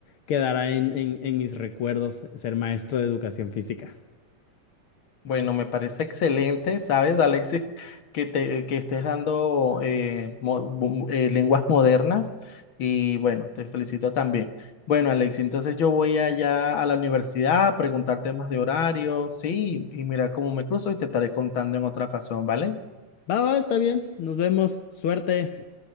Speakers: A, on the left; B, on the left.
A: quedará en, en en mis recuerdos ser maestro de educación física.
B: Bueno, me parece excelente, ¿sabes, Alexis? <laughs> Que, te, que estés dando eh, mo- bu- bu- eh, lenguas modernas y bueno, te felicito también. Bueno, Alexis, entonces yo voy allá a la universidad a preguntar temas de horario, sí, y mira cómo me cruzo y te estaré contando en otra ocasión, ¿vale?
A: Va, va, está bien. Nos vemos. Suerte.